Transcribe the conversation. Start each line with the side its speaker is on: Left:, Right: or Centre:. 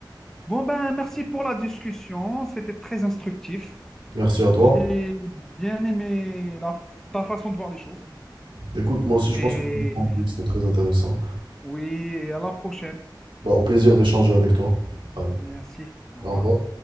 Centre: Bon, ben, merci pour la discussion. C'était très instructif.
Right: Merci à toi.
Centre: J'ai bien aimé la, ta façon de voir les choses.
Right: Écoute, moi aussi, je
Centre: Et
Right: pense que tu as des points de vue qui sont très intéressants.
Centre: oui, et à la prochaine.
Right: Bah, au plaisir d'échanger avec toi.
Centre: Merci.
Right: Allez,
Centre: Au
Right: au
Centre: revoir.
Right: revoir.